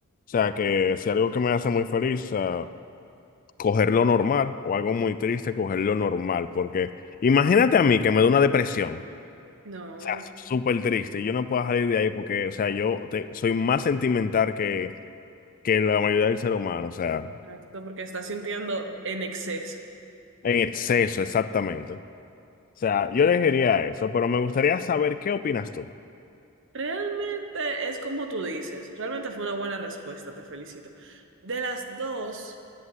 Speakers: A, on the left (about 40°); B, on the right (about 60°).
A: sea que si algo que me hace muy feliz, ah, coger lo normal o algo muy triste, coger lo normal, porque imagínate a mí que me da una depresión,
B: No.
A: o sea, súper triste y yo no puedo salir de ahí porque, o sea, yo te- soy más sentimental que, que la mayoría del ser humano, o sea,
B: Exacto, porque estás sintiendo en exceso.
A: en exceso, exactamente. O sea, yo elegiría eso, pero me gustaría saber qué opinas tú.
B: Realmente es como tú dices, realmente fue una buena respuesta, te felicito. De las dos.